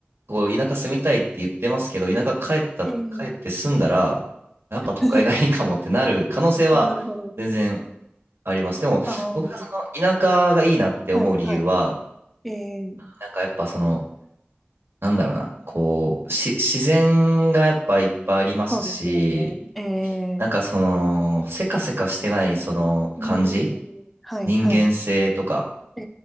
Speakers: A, on the right (about 80°); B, in the centre.
A: こう、田舎住みたいって言ってますけど、田舎帰った、
B: ええ
A: 帰って住んだら、やっぱ都会がいいかもってなる可能性は全然
B: <laughs> なるほど。
A: あります。でも、
B: ああ、
A: 僕がその田舎がいいなって思う理由は、
B: はい、はい。ええ、
A: なんかやっぱその、なんだろうな、こう、し、自然がやっぱいっぱいありますし、
B: そうですよね。ええ、
A: なんかその、せかせかしてないその感じ、
B: うーん、はい、
A: 人間性とか
B: はい。え